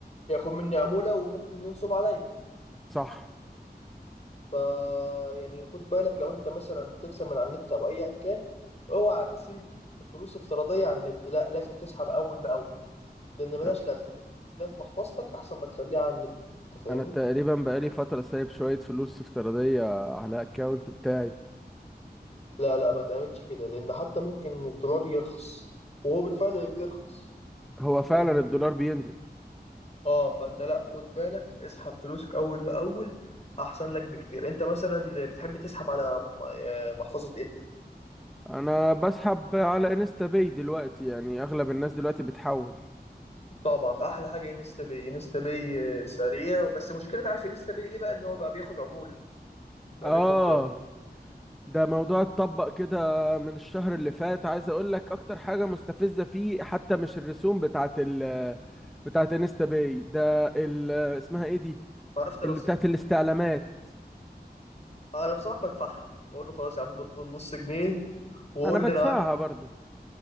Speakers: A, on the left; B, in the centre.
A: ياخد مني عمولة وممكن ينصب عليا
B: صح
A: ف يعني خد بالك لو انت مثلا بتكسب من على النت او ايا كان اوعى تسيب فلوس افتراضية على النت لا لازم تسحب اول باول لان ملهاش
B: طب
A: لازمة تلاقيها في محفظتك احسن ما تخليها على النت انت فاهمني
B: انا تقريبا بقالي فتره سايب شويه فلوس افتراضيه على الاكونت بتاعي
A: لا لا ما تعملش كده لان حتى ممكن الدولار يرخص وهو بالفعل بيرخص
B: هو فعلا
A: لان
B: الدولار بينزل
A: اه فانت لا خد بالك اسحب فلوسك اول باول احسن لك بكتير انت مثلا بتحب تسحب على م- آه، محفظة ايه
B: انا بسحب على انستا باي دلوقتي يعني اغلب الناس دلوقتي بتحول
A: طبعا احلى حاجة انستا باي انستا باي آه، سريع بس مشكلة عارف انستا باي ايه بقى ان هو بقى بياخد عمولة بقى
B: اه
A: بياخد عمولة
B: ده موضوع اتطبق كده من الشهر اللي فات عايز اقول لك اكتر حاجة مستفزة فيه حتى مش الرسوم بتاعت ال بتاعت انستا باي ده ال اسمها ايه دي
A: عرفت الرصيد
B: اللي بتاعت الاستعلامات
A: انا بصراحة بدفعها بقول له خلاص يا عم خد نص جنيه وقول
B: انا بدفعها
A: لي انا عندي
B: برضو